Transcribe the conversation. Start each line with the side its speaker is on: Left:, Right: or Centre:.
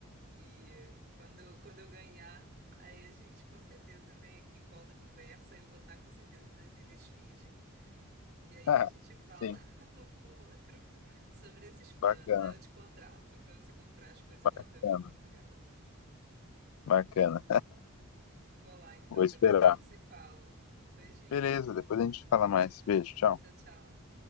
Right: E quando, quando eu ganhar, aí a gente com certeza vem aqui, volta a conversa. Eu vou estar com certeza nas Ilhas Fiji. E aí
Left: Ah,
Right: a gente
Left: <laughs>
Right: fala
Left: sim,
Right: <laughs> um com o outro sobre esses planos.
Left: bacana,
Right: Aí eu te contrato para você comprar as coisas
Left: bacana,
Right: lá para mim em Portugal.
Left: bacana.
Right: Vou lá então,
Left: Vou esperar.
Right: depois a gente se fala. Um beijinho.
Left: Beleza, depois a gente fala mais. Beijo, tchau.
Right: Tchau, tchau.